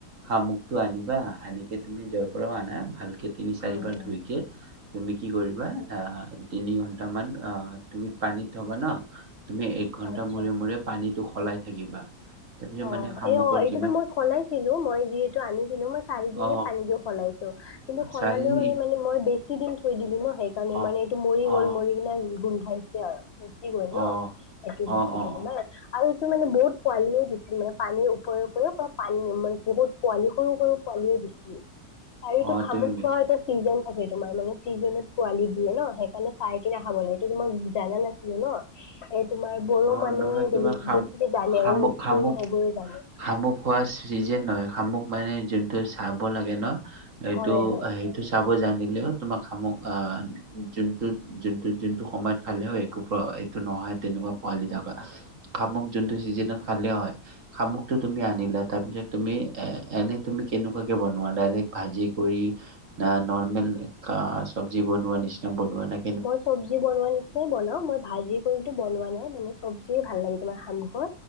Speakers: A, on the right; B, on the left.
A: শামুক টো আনিবা, আনিকে তুমি যৰ পৰাও আনা ভালকে তিনি চাৰিবাৰ
B: হয় হয়
A: ধুই কে তুমি কি কৰিবা অ', তিনি ঘণ্টা মান অহ, তুমি পানীত থ'বা ন' তুমি এক ঘন্টা
B: আচ্ছা।
A: মূৰে মূৰে পানীটো সলাই থাকিবা। তাৰপিছত
B: অঁ'
A: মানে শামুকৰ
B: এ অ এইটোতো
A: যিমান
B: মই সলাইছিলো মই যিহেতু আনিছিলো মই চাৰিদিনে
A: অ
B: পানীটো সলাইছো। কিন্তু, সলালেও
A: চাৰিদিন
B: মানে মানে মই বেছি দিন থৈ দিলো ন, সেইকাৰণে
A: অ
B: মানে এইটো মৰি গ'ল
A: অ
B: মৰি কিনে গোন্ধাই- ছে আৰু পচি গ'ল ন,
A: অ
B: সেইটো
A: অ
B: বস্তুটো
A: অ অ
B: তোমাৰ আৰু এইটো মানে বহুত পোৱালিয়ো দিছে- মানে পানীৰ ওপৰে ওপৰেও বা পানী মানে বহুত পোৱালি সৰু সৰু পোৱালিও দিছিল। আৰু এইটো
A: অ
B: শামুক
A: তুমি
B: খোৱাৰ এটা ছিজন থাকে তোমাৰ মানে ছিজনত পোৱালি দিয়ে ন সেইকাৰণে, - পাই কিনে খাব লাগে, এইটো‌ মই জানা নাছিলো ন। এট- তোমাৰ বড়ো
A: অ
B: মানুহে
A: নহয় তোমাৰ
B: বেলেগ
A: খাম
B: বেছিকে জানে
A: শামুক
B: আৰু মিচিং
A: শামুক
B: সেইবোৰে জানে।
A: শামুক খোৱা চিজন নহয়, শামুক মানে যোনটো চাব লাগে ন এইটো
B: হয় হয়।
A: হেই- টো চাব জানিলেও তোমাক শামুক আ যোনটো যোনটো যোনটো সময়ত খালেও একো প্ৰ- টো নহয় তেনেকুৱা পোৱালি থকা শামুক যোনটো চিজনেত খালেও হয়। শামুকটো তুমি আনিলা তাৰপিছত, তুমি এ এনে তুমি কেনেকুৱাকে বনোৱা ডাইৰেক্ট ভাজি কৰি- না নৰ্মেল কা চব্জি বনোৱা নিচিনা বনোৱা নে?
B: মই চব্জি বনোৱা নিচ- নাই বনাওঁ, মই ভাজি কৰিতো বনোৱা নাই মানে চব্জিয়ে ভাল লাগে তোমাৰ শামুকৰ।